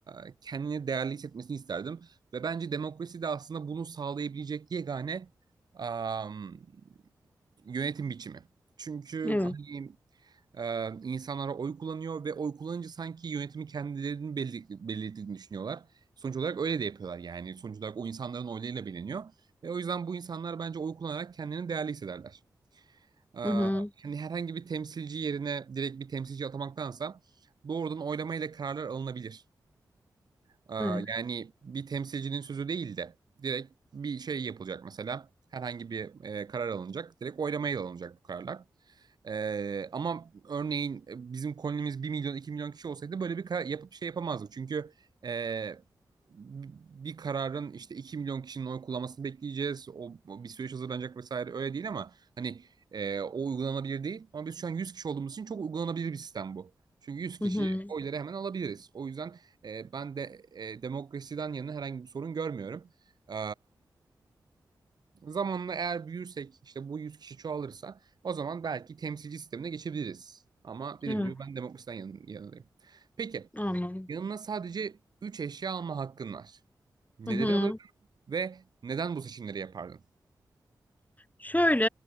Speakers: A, on the right; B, on the left.
A: e, kendini değerli hissetmesini isterdim. Ve bence demokrasi de aslında bunu sağlayabilecek yegane am, yönetim biçimi. Çünkü
B: Evet.
A: hani e, insanlara oy kullanıyor ve oy kullanınca sanki yönetimi kendilerinin belli, belirlediğini düşünüyorlar. Sonuç olarak öyle de yapıyorlar yani. Sonuç olarak o insanların oylarıyla biliniyor. Ve o yüzden bu insanlar bence oy kullanarak kendilerini değerli hissederler. E,
B: Hı hı.
A: hani herhangi bir temsilci yerine direkt bir temsilci atamaktansa doğrudan oylamayla kararlar alınabilir. Aa,
B: Evet.
A: yani bir temsilcinin sözü değil de direkt bir şey yapılacak mesela. Herhangi bir e, karar alınacak. Direkt oylamaya alınacak bu kararlar. Ee, ama örneğin e, bizim kolonimiz bir milyon 2 milyon kişi olsaydı böyle bir karar yapıp şey yapamazdık. Çünkü e, bir kararın işte 2 milyon kişinin oy kullanmasını bekleyeceğiz. O, o bir süreç hazırlanacak vesaire öyle değil ama hani e, o uygulanabilir değil. Ama biz şu an 100 kişi olduğumuz için çok uygulanabilir bir sistem bu. Çünkü yüz kişi
B: Hı hı.
A: oyları hemen alabiliriz. O yüzden e, ben de e, demokrasiden yana herhangi bir sorun görmüyorum. E, zamanla eğer büyürsek işte bu 100 kişi çoğalırsa o zaman belki temsilci sistemine geçebiliriz. Ama dediğim
B: Evet.
A: gibi ben demokrasiden yana, yanındayım. Peki
B: Anladım.
A: yanına sadece 3 eşya alma hakkın var. Neleri
B: Hı hı.
A: alırdın ve neden bu seçimleri yapardın?
B: Şöyle,